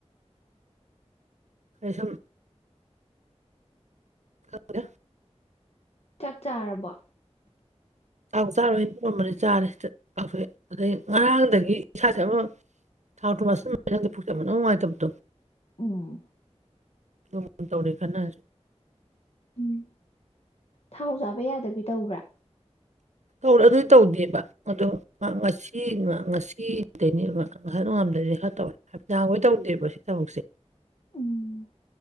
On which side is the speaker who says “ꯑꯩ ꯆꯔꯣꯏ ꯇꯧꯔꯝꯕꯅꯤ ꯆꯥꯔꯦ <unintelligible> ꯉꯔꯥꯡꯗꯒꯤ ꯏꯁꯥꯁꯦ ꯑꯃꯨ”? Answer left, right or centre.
Right